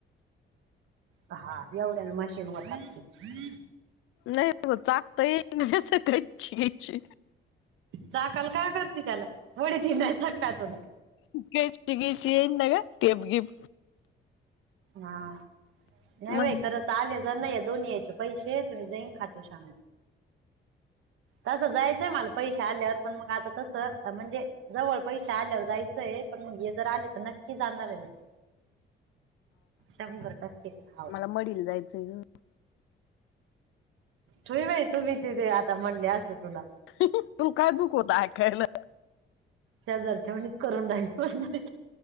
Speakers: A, on the right; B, on the left.
A: हा, एवढ्यान मशीन होतात की.
B: नाही टाकतो येचचऽ
A: चाकल का करते त्याला, वडी त नाही चका तुला.
B: केची बेची येईल बागा टेप गिप.
A: हा नाही
B: मग
A: बाई, खरतर आले तर नाही दोन्ही यायचे पैसे, तुम्हीन जाईन खातऽ <inaudible> तसं जायचय मला पैसे आल्यावर पण मग आता तसं, म्हणजे जवळ पैसे आल्यावर जायचंय पण मग हे जर आले तर नक्की जाणार आहे म्हंटल शंभर टक्के, हाव.
B: मढीला जायचय ग.
A: ठुई बाई, तुम्ही तिथे आता म्हणले असते तुला
B: तुम काय दुख होत ऐकायला.
A: शेजारच्या म्हणीत करून राहीन, पण नाही.